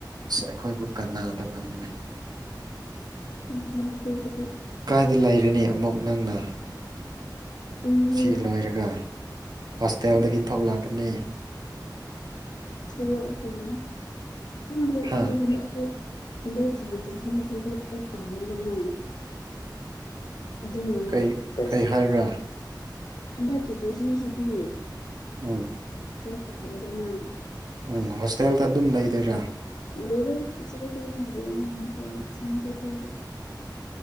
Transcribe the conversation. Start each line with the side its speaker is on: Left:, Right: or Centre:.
Right: ꯑꯩꯈꯣꯏꯕꯨ ꯀꯅꯗꯕꯅꯤꯅ
Left: ꯎꯝ
Right: ꯀꯥꯏꯗ ꯂꯩꯔꯅꯤ ꯑꯃꯨꯛ ꯅꯪꯅ
Left: ꯑꯩꯁꯦ
Right: ꯑꯁꯤ ꯂꯣꯏꯔꯒ ꯍꯣꯁꯇꯦꯜꯗꯒꯤ
Left: ꯎꯝ
Right: ꯊꯣꯛꯂꯛꯀꯅꯤ
Left: ꯊꯀ
Right: ꯍꯥ
Left: ꯍꯟꯗꯛꯀꯤ ꯆꯍꯤꯁꯤꯗꯤ ꯐꯔꯛ ꯄꯥꯜꯂꯤꯗꯅ ꯑꯗꯨꯅ
Right: ꯀꯩ
Left: ꯑ
Right: ꯀꯩ ꯍꯥꯏꯕ꯭ꯔꯥ
Left: ꯍꯟꯗꯛꯀꯤ ꯆꯍꯤꯁꯤꯗꯤ
Right: ꯎꯝ
Left: ꯈꯔ ꯇꯥꯔꯦꯗ ꯅꯥ
Right: ꯎꯝ ꯍꯣꯁꯇꯦꯜꯗ ꯑꯗꯨꯝ ꯂꯩꯗꯣꯏꯔꯥ
Left: <unintelligible>